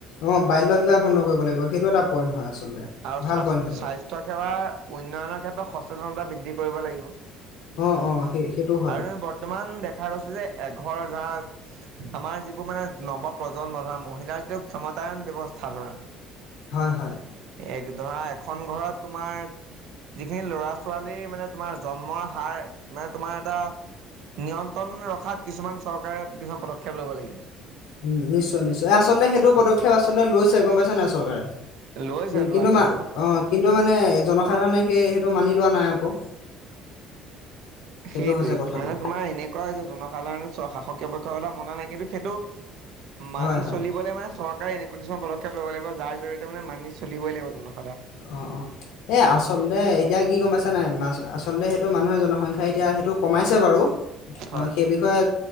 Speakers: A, on the left; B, on the right.
A: অ বাল্য বিবাহ বন্ধ কৰিব লাগিব সেইটো এটা পইণ্ট হয় আচলতে
B: আৰু
A: ভাল
B: স্বাস্থ্য
A: পইণ্ট সেইটো
B: সেৱাৰ উন্নয়নৰ ক্ষেত্ৰত সচেতনতা বৃদ্ধি কৰিব লাগিব।
A: অ অ সেই সেইটো হয়
B: আৰু তুমি বৰ্তমান দেখা গৈছো যে এঘৰ ধৰা আমাৰ যিবোৰ মানে নৱ প্ৰজন্ম ধৰা মহিলা। ক্ষমতায়ন ব্যৱস্থা ধৰা।
A: হয়- হয়
B: এ ধৰা এখন ঘৰত তোমাৰ যিখিনি লৰা ছোৱালীৰ মানে তোমাৰ জন্মৰ হাৰ মানে তোমাৰ এটা নিয়ন্ত্ৰণ ৰখাত কিছুমান চৰকাৰে কিছুমান পদক্ষেপ ল'ব লাগিব।
A: উম নিশ্চয় নিশ্চয়। আচলতে সেইটো পদক্ষেপ আচলতে লৈছে গম পাইছে নাই চৰকাৰে
B: লৈছে লোৱাটো
A: কিন্তু
B: বাৰু।
A: অ', কিন্তু মানে জনসাধাৰণে সেই সেইটো মানি লোৱা নাই আকৌ সেইটো
B: সেইটোৱে
A: হৈছে কথাটো
B: মানে তোমাৰ এনেকুৱা যে জনসাধাৰণে স্ব-শাসক <unintelligible> মনা নাই কিন্তু সেইটো মানি
A: হয় হয়
B: চলিবলে মানে চৰকাৰে এনেকুৱা কিছুমান পদক্ষেপ ল'ব লাগিব যাৰ জৰিয়তে মানে মানি চলই লাগ ত
A: অ' অ' এ আচলতে এতিয়া কি গম পাইছা নাই আচলতে সেইটো মানুহৰ জনসংখ্যা এতিয়া কমাইছে বাৰু
B: হয়।
A: সেই বিষয়ে।